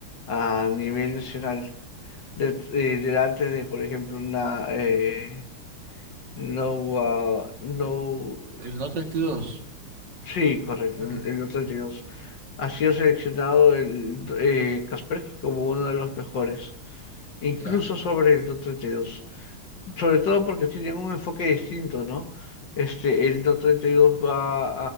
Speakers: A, on the left; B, on the right.
A: a nivel nacional, de- eh, delante de, por ejemplo, una... eh, no, Wa- no,
B: El el no 32.
A: sí, correcto,
B: Ujú, ujú,
A: el el otro 32. Ha sido
B: ujú.
A: seleccionado el eh, Kaspersky como uno de los mejores, incluso
B: Ya.
A: sobre el do treinta y dos Sobre todo porque tienen un enfoque distinto, ¿no? Este, el DOT 32 va